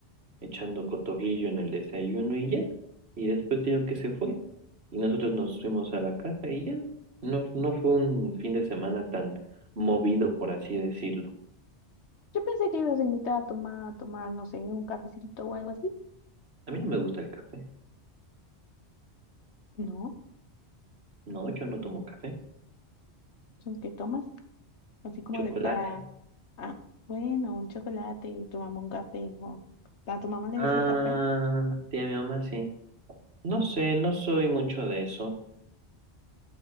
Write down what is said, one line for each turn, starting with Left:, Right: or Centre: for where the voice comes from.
Right: echando cotorrillo en el desayuno y ya. Y después digo que se fue. Y nosotros nos fuimos a la casa y ya. No, no fue un fin de semana tan movido, por así decirlo.
Left: Yo pensé que ibas a invitar a tomar, a tomar, no sé, un cafecito o algo así.
Right: A mí no me gusta el café.
Left: No,
Right: No, yo no tomo café.
Left: son que tomas, así como
Right: Chocolate.
Left: de para, ah, bueno, un chocolate y tomamos un café. O, ¿a tu mamá le
Right: Ah,
Left: gusta el café?
Right: sí, a mi mamá sí. No sé, no soy mucho de eso.